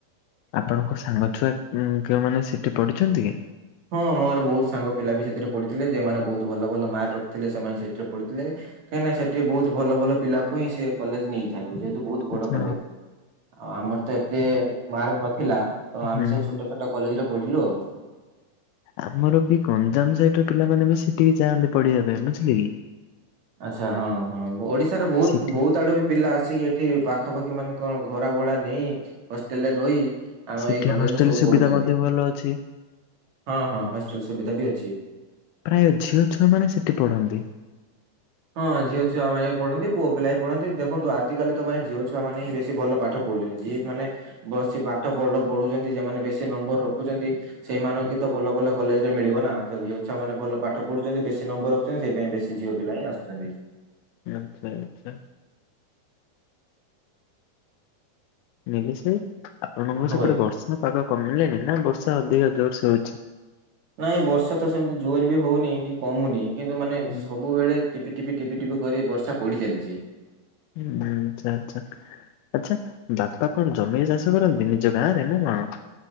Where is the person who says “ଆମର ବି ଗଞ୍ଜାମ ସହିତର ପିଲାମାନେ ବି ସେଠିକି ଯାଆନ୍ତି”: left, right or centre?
Left